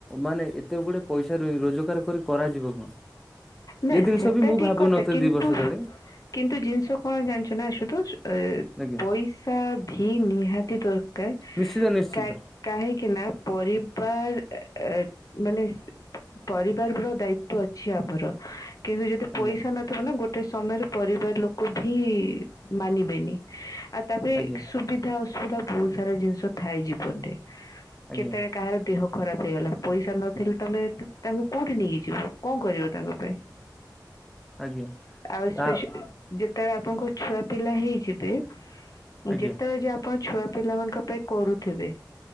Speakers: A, in the centre; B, on the left.
A: ମାନେ ଏତେ ଗୁଡେ ପଇସା ରୋଜଗାର କରି କରାଯିବ କଣ।
B: ନା
A: ଏ ଜିନିଷ
B: ସେଟା
A: ବି ମୁଁ
B: ଠିକ
A: ଭାବୁନଥିଲି
B: କଥା କିନ୍ତୁ?
A: ଦି ବର୍ଷ ତଳେ
B: କିନ୍ତୁ ଜିନିଷ କଣ ଜାଣିଛ ନା ଆଶୁତୋଷ ଏ ପଇସ
A: ଆଜ୍ଞା
B: ପଇସା ଭି ନିହାତି ଦରକାର
A: ନିଶ୍ଚିତ ନିଶ୍ଚିତ
B: କ କାହିଁକି ନା ପରିବାର ଅ ଏ ମାନେ ପରିବାର ର ଦାୟି ତ୍ବ ଅଛି ଆମର। କିନ୍ତୁ ଯଦି
A: ଆଜ୍ଞା
B: ପଇସା ନଥିବ ନା ଗୋଟେ ସମୟରେ ପରିବାର ଲୋକ ବି ମାନିବେନି। ଆଉ ତାପରେ
A: ଆଜ୍ଞା
B: ସୁବିଧା ଅସୁବିଧା ବହୁତ ସାରା ଜିନିଷ ଥାଏ ଜୀବନରେ।
A: ଆଜ୍ଞା
B: କେତେବେଳେ କାହାର ଦେହ ଖରାପ ହେଇଗଲା ପଇସା ନଥିଲେ ତମେ ତାଙ୍କୁ କୋଉଁଠି ନେଇକି ଯିବ କଣ କରିବ ତାଙ୍କ ପାଇଁ।
A: ଆଜ୍ଞା
B: ଆଉ ସ୍ପେ
A: ତା
B: ଯେତେବେଳେ ଆପଣଙ୍କ ଛୁଆ ପିଲା ହେଇଯିବେ।
A: ଆଜ୍ଞା
B: ଯେତେବେଳେ ଯାଏଁ ଆପଣ ଛୁଆ ପିଲାମାନଙ୍କ ପାଇଁ କରୁଥିବେ